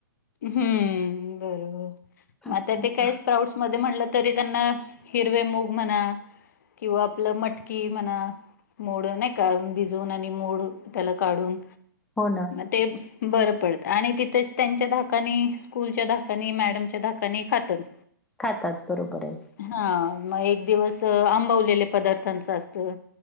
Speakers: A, on the left; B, in the centre.
A: हम्मं बरोबर
B: असं
A: मंग आतां
B: होतं.
A: ते कायंच प्राऊड मंध्येम्हणलं तरी त्यांना हिरवे मुंग म्हणां. किंवा आपलीं मटकी म्हणां. मोड नाहीं कां भिजूंन आणि मोड त्यांला काढूंन
B: हो नां.
A: ते बरं पडतं आणि ते त्यांच्या धांकाने धांकान स्कूंलच्या धांकानी मॅडमच्यां धांकानी खांतांत
B: खांतांत बरोबर आहे.
A: हा मंग एक दिवंस आंबवलेले पदार्थांच असतं